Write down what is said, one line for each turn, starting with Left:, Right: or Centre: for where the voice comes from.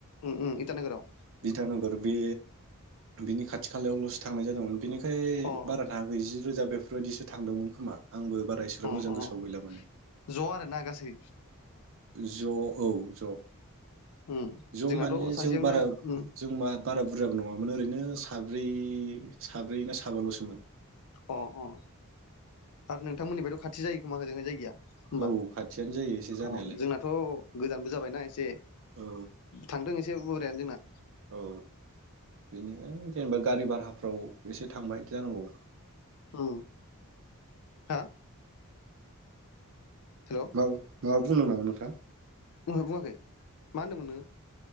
Left: उम उम इटानोगोराव
Right: ईतानगर बे बिनि खाथि खालायावल'सो थांनाय जादोंमोन बेनि ओमफ्राय
Left: अ
Right: बारा थाङखै जि रोजा बे बेफोरबायदिसो थांदोंमोन खोमा
Left: उम
Right: मोजां
Left: उम
Right: गोसोआव गैला माने
Left: ज' आरोना गासै
Right: ज' औ ज'
Left: उम
Right: ज'
Left: जोंनाथ'
Right: माने
Left: सासेयावनो
Right: जों बारा
Left: उम
Right: जों मा बारा बुरजाबो नङामोन ओरैनो साब्रै साब्रै ना साबाल'सोमोन
Left: अ अ आरो नोंथांमोननिफ्रायथ' खाथि जायो खोमा होजोंहाय जायगाया होमबा
Right: औ खाथियानो जायो एसे जानायालाय
Left: अ जोंनाथ' गोजानबो जाबायना एसे
Right: औ
Left: थांदों एसे बोरायानो जोंना
Right: औ बेनिखायनो जेनेबा गारि भाराफ्राव एसे थांबायदि जानांगौ
Left: औ <inaudible> हा हेल'
Right: हेलौ माबा बुंनो नामा नोंथां
Left: बुंहो बुङाखै मा होनदोंमोन नोङो